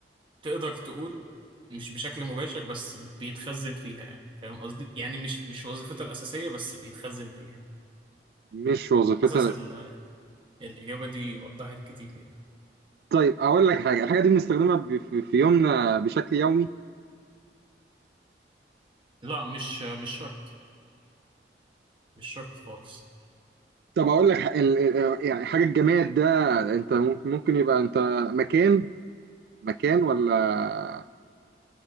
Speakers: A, on the right; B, on the right.
A: تقدر تقول مش بشكل مباشر بس بيتخزن فيها يعني فاهم قصدي يعني مش مش وظيفته الأساسية بس بيتخزن فيها
B: مش وظيفتها
A: حاسس ال- الإجابة دي وضحت كتير يعني
B: طيب اقول لك حاجة الحاجة دي بنستخدمها ب- في في يومنا بشكل يومي
A: لا مش مش شرط مش شرط خالص
B: طب اقول لك ح- ال- ال- آه، يعني حاجة الجماد ده انت ممكن ممكن يبقى انت مكان مكان ولا